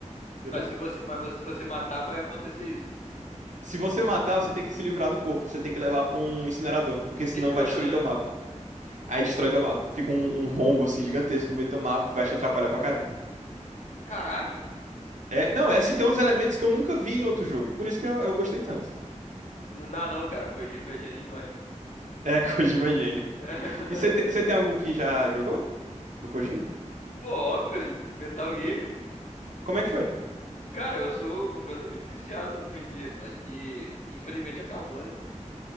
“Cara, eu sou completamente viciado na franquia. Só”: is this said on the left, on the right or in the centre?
Left